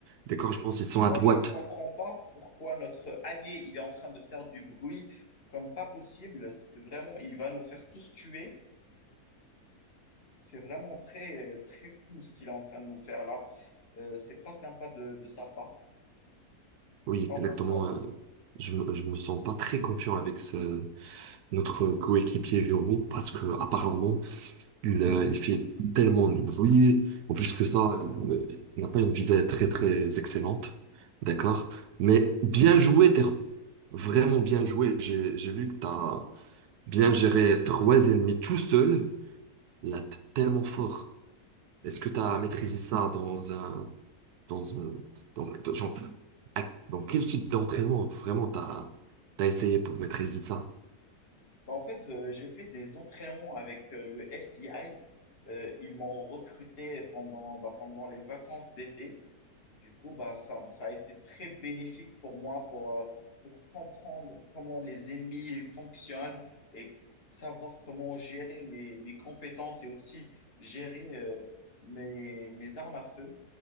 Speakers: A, on the right; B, on the left.
A: D'accord, je pense qu'ils sont
B: Moi,
A: à droite.
B: je comprends pas pourquoi notre allié, il est en train de faire du bruit comme pas possible. C'est- Vraiment, il va nous faire tous tuer. C'est vraiment très, euh, très fou ce qu'il est en train de nous faire là. Euh, c'est pas sympa de, de sa part.
A: Oui, exactement.
B: T'en penses quoi?
A: euh, je me, je me sens pas très confiant avec ce, notre coéquipier Viro parce que apparemment il, euh, il fait tellement de bruit. En plus que ça, euh, il n'a pas une visée très très excellente. D'accord, mais bien joué, Terro. Vraiment bien joué. J'ai j'ai vu que tu as bien géré trois ennemis tout seul. Là, t'es tellement fort. Est-ce que tu as maîtrisé ça dans un, dans un, donc, dans- genre, à- dans quel type d'entraînement vraiment t'as, t'as essayé pour maîtriser ça?
B: Bah, en fait, euh, j'ai fait des entraînements avec euh, le FBI. Euh, ils m'ont recruté pendant, bah, pendant les vacances d'été. Du coup, bah, ça, ça a été très bénéfique pour moi pour, euh, pour comprendre comment les ennemis fonctionnent et savoir comment gérer mes, mes compétences et aussi gérer euh, mes, mes armes à feu.